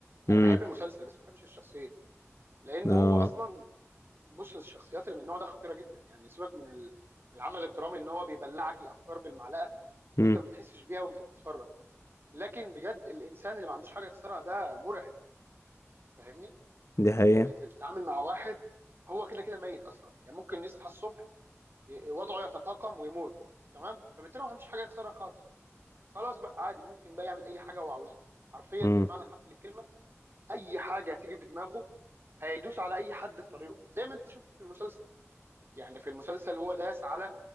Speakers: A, on the left; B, on the right.
A: امم
B: انا بحب المسلسل بس ما بحبش الشخصيه لان
A: اه
B: هو اصلا بص الشخصيات اللي من النوع ده خطيره جدا يعني سيبك من ال- من العمل الدرامي ان هو بيبلعك الافكار بالمعلقه وانت
A: امم
B: ما بتحسش بيها وانت بتتفرج لكن بجد الانسان اللي ما عندوش حاجه يخسرها ده مرعب فاهمني
A: دي حقيقة
B: يعني انت بتتعامل مع واحد هو كده كده ميت اصلا يعني ممكن يصحى الصبح ي- وضعه يتفاقم ويموت تمام فبالتالي ما عندوش حاجه يخسرها خالص خلاص بقى عادي ممكن بقى يعمل اي حاجه هو عاوزها حرفيا
A: امم
B: بالمعنى الحرفي للكلمه اي حاجه هتيجي في دماغه هيدوس على اي حد في طريقه زي ما انت شفت في المسلسل يعني في المسلسل هو داس على